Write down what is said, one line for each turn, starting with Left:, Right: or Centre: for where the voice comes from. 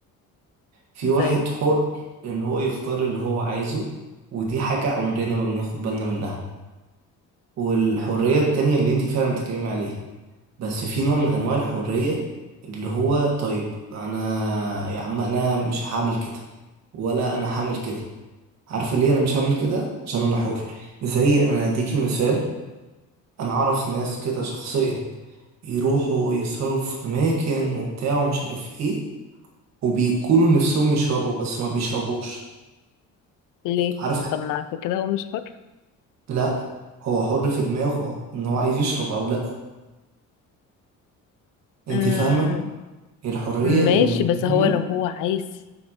Right: في واحد
Left: زي
Right: حر ان هو يختار اللي هو عايزه ودي حاجة عمرنا ما بناخد بالنا منها والحرية التانية اللي انت فعلا بتتكلمي عليها بس في نوع من انواع الحرية اللي هو طيب انا يا عم انا مش هعمل كده ولا انا هعمل كده عارفة ليه انا مش هعمل كده عشان انا حر زي انا هديكي مثال انا اعرف ناس كده شخصيا يروحوا يسهروا في اماكن وبتاع ومش عارف ايه وبيكونوا نفسهم يشربوا بس ما بيشربوش
Left: ليه
Right: عارف
Left: طب ما عشان كده هو مش حر
Right: لا هو حر في دماغه ان هو عايز يشرب او لا انت
Left: امم
Right: فاهمه الحريه
Left: ماشي
Right: بالنسبه
Left: بس هو
Right: لنا
Left: لو هو عايز